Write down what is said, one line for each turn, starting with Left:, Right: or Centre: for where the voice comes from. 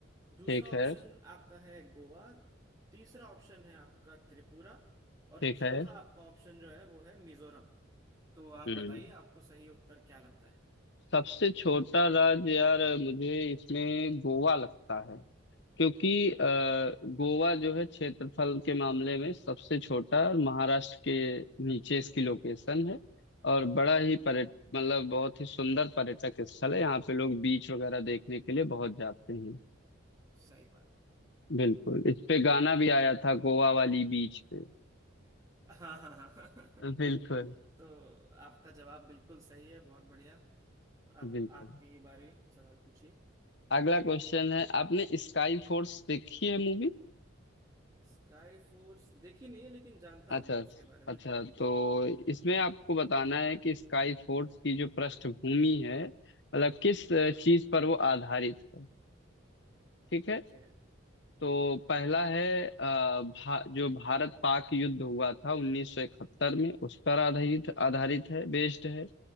Right: दूसरा
Left: ठीक है
Right: ऑप्शन आपका है गोवा तीसरा ऑप्शन है आपका त्रिपुरा और
Left: ठीक
Right: चौथा
Left: है
Right: आपका ऑप्शन जो है वो है मिजोरम तो आप
Left: हम्म
Right: बताइए आपको सही उत्तर क्या लगता है
Left: सबसे छोटा राज्य यार मुझे इसमें गोवा लगता है क्योंकि अ, गोवा जो है क्षेत्रफल के मामले में सबसे छोटा है और महाराष्ट्र के नीचे इसकी लोकेशन है और बड़ा ही
Right: हम्म
Left: पर्यट मतलब बहुत ही सुंदर पर्यटक स्थल है यहाँ पे लोग बीच वगैरह देखने के लिए बहुत जाते हैं
Right: सही बात है।
Left: बिल्कुल इस पे गाना भी आया था गोवा वाली बीच पे
Right: हाँ हाँ हाँ <laughs>
Left: बिल्कुल
Right: तो आपका जवाब बिल्कुल सही है बहुत बढ़िया अब
Left: बिल्कुल
Right: आपकी बारी सवाल पूछिए
Left: अगला क्वेश्चन है आपने स्काई फोर्स देखी है मूवी?
Right: स्काई फोर्स देखी नहीं है लेकिन जानता
Left: अच्छा
Right: हूं मैं उसके बारे में
Left: अच्छा तो इसमें आपको बताना है कि स्काई फोर्स की जो पृष्ठभूमि है मतलब किस चीज पर वो आधारित है ठीक है
Right: ओके
Left: तो पहला है अ, भा, जो भारत पाक युद्ध हुआ था 1971 में उस पर आधारित आधारित है बेस्ड है